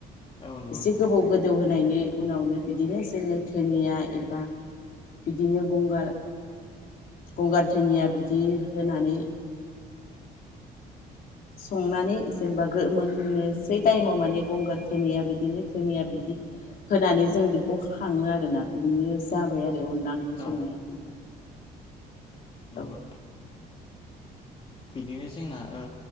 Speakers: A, on the left (about 35°); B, on the left (about 55°).
A: नंगौ
B: एसे
A: नोंथां
B: गोबाव गोदौ होनायनि उनावनो बिदिनो जोङो धोनिया एबा बिदिनो गंगार, गंगार धोनिया बिदि होनानै संनानै जेनेबा मोननोसै टाइमाव माने गंगार धोनिया बिदिनो धोनिया बिदि होनानै जों बेखौ खााङो आरोना बिदिनो जाबाय आरो अनला ओंख्रि
A: औ
B: संनाया नोंथां। <inaudible>
A: नंगौ
B: औ।
A: बिदिनो जोंना ओ